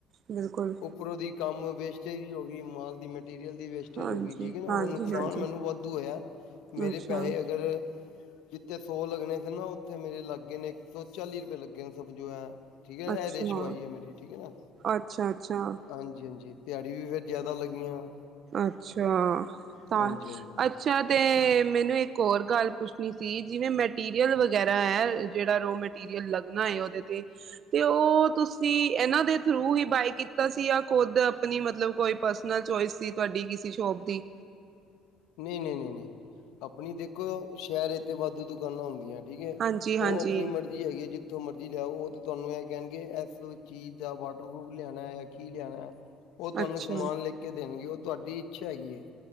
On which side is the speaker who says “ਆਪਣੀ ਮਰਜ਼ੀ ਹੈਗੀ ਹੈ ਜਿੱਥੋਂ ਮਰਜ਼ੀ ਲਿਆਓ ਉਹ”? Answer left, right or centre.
Left